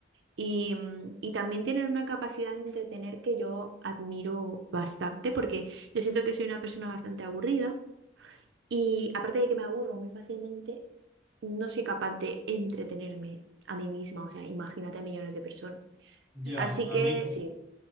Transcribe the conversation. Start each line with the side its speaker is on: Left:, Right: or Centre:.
Right: Y, mm, y también tienen una capacidad de entretener que yo admiro bastante, porque yo siento que soy una persona bastante aburrida Y aparte de que me aburro muy fácilmente, no soy capaz de entretenerme a mí misma, o sea, imagínate a millones de personas.
Centre: Ya,
Right: Así
Centre: a
Right: que
Centre: mí,
Right: sí,